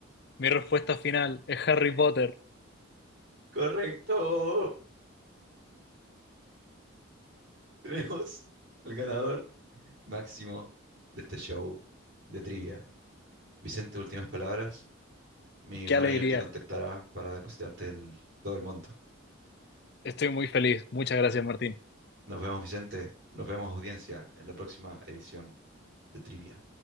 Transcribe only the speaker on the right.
Correcto. <laughs> Tenemos el ganador máximo de este show de trivia. Vicente, últimas palabras. Mi
manager
te contactará para depositarte el- todo el monto.
Nos vemos, Vicente. Nos vemos, audiencia, en la próxima edición de trivia.